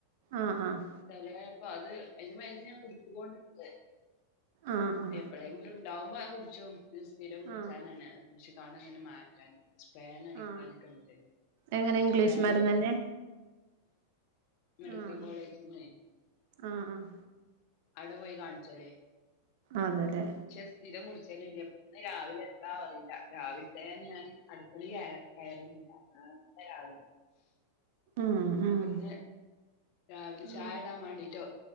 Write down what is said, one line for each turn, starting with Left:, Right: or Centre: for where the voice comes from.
Right: ആഹ് ആഹ്
Left: ചെലപ്പം അത് അതിന് മരുന്ന് ഞാൻ കുടിക്കുന്നൊണ്ട്
Right: ആഹ് ആഹ്
Left: എപ്പോഴെങ്കിലും. ണ്ടാകുമ്പോ അങ്ങ് കുടിച്ചും സ്ഥിരം കുടിച്ചാനാണ്
Right: ആഹ്
Left: കുടിച്ചു കൊണ്ട് അങ്ങനെ മാറ്റാൻ. സ്പേൻ അടിക്കാനൊക്കെണ്ട്
Right: ആഹ് എങ്ങനെ ഇംഗ്ലീഷ്
Left: സ്പേന്
Right: മരുന്ന് തന്നെ
Left: മെഡിക്കൽ
Right: ആഹ്
Left: കോളേജിന്നേ
Right: ആഹ് ആഹ്
Left: അവിടെ പോയി കാണിച്ചല്ലേന്.
Right: അതെല്ലെ
Left: പക്ഷെ സ്ഥിരം കുടിച്ചാല് ഇല രാവിലെ എന്താ എന്ന് അറിയില്ല, രാവിലത്തെന ഞാൻ അടുക്കളയിൽ കയറിയില്ല. <unintelligible> ആ രാവിലെ
Right: ഉം ഉം
Left: അപ്പൊ ഇന്ന് രാവിലെ
Right: നീ
Left: ചായടാൻ മാണ്ടിട്ടോ